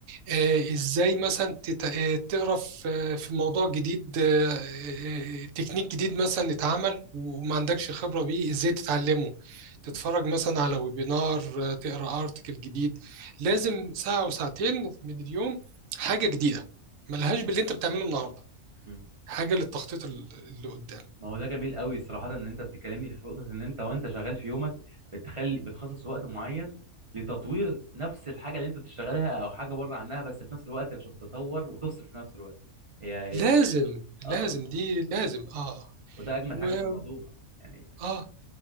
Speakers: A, on the right; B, on the right.
A: آه، ازاي مثلا تت- آه، تقرا في آه، في موضوع جديد آه، آه، آه، تكنيك جديد مثلا اتعمل وما عندكش خبرة بيه ازاي تتعلمه تتفرج
B: مم.
A: مثلا على ويبينار آه، تقرا ارتكل جديد لازم ساعة وساعتين من اليوم حاجة جديدة ملهاش باللي انت بتعمله النهاردة
B: مم.
A: حاجة للتخطيط ال- اللي قدام
B: ما هو ده جميل قوي صراحه ان انت بتتكلمني في نقطه ان انت وانت شغال في يومك بتخلي بتخصص وقت معين لتطوير نفس الحاجه اللي انت بتشتغلها او حاجه بره عنها بس في نفس الوقت عشان تتطور وتفصل في نفس الوقت هي
A: لازم
B: هي
A: لازم
B: اه
A: دي لازم اه
B: وده اجمل
A: و
B: حاجه في الموضوع يعني
A: اه